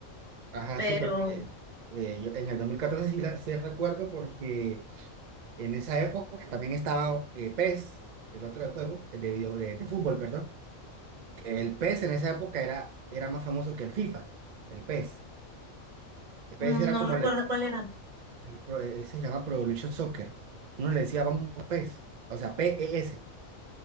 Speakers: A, on the right; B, on the right.
A: Ajá,
B: pero
A: sí, porque eh, yo en el 2014 sí, la- sí recuerdo porque En esa época también estaba eh, PES, el otro de juego, el de video, de, de fútbol, perdón. que El PES en esa época era, era más famoso que el FIFA, el PES. El PES
B: mm,
A: era
B: no
A: como,
B: recuerdo
A: el,
B: cuál era.
A: el pro- eh, se llama Pro Evolution Soccer. Uno le decía, vamos, PES, o sea, p p e s